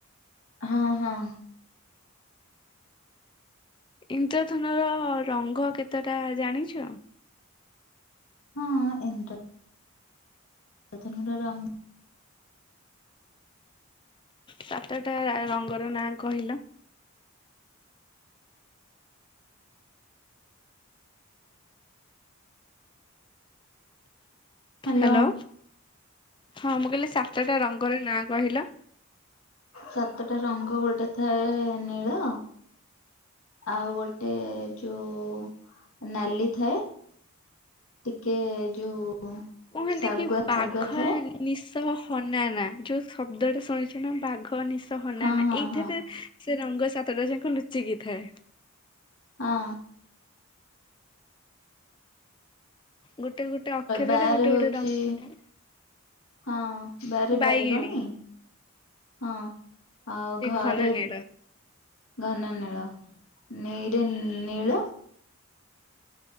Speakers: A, on the left; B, on the left.
A: ହଁ ହଁ।
B: ଇନ୍ଦ୍ରଧନୁ ର ରଙ୍ଗ କେତେଟା ଜାଣିଛ?
A: ହଁ ଇନ୍ଦ୍ର ନ୍ଦ୍ରଧନୁ ର ରଂଗ
B: ସାତଟା ରା ରଙ୍ଗର ନାଁ କହିଲ?
A: ହ୍ୟାଲୋ।
B: ହାଲୋ ହଁ ମୁଁ କହିଲି ସାତଟ ଟା ରଙ୍ଗର ନାଁ କହିଲ?
A: ସାତଟା ରଙ୍ଗ ଗୋଟେ ଥାଏ ନୀଳ ଆଉ ଗୋଟେ ଯୋଉ ନାଲି ଥାଏ। ଟିକେ ଯୋଉ
B: କୁହନ୍ତି
A: ଶାଗୁଆ
B: କି ବାଘ
A: ଶାଗୁଆ ଥାଏ
B: ନି ନିଶ ହନାନା ଯୋଉ ଶବ୍ଦ ଟା ଶୁଣିଛ ନା ବାଘ ନିଶ ହନାନା
A: ହଁ ହଁ
B: ଏଇଥିରେ
A: ହଁ
B: ସେ ରଙ୍ଗ ସାତଟା ଯାଙ୍କ ଲୁଚିକି ଥାଏ।
A: ହଁ।
B: ଗୋଟେ ଗୋଟେ ଅକ୍ଷରରେ
A: ବାରେ
B: ଗୋଟେ
A: ହଉଛି
B: ଗୋଟେ ରଙ୍ଗ ନା!
A: ହଁ ବାରେ ବାଇଗଣୀ,
B: ବାଇଗିଣୀ
A: ହଁ ଆଉ ଘରେ
B: ଘନ ନୀଳ
A: ଘନ ନୀଳ ନି ରେ ନୀଳ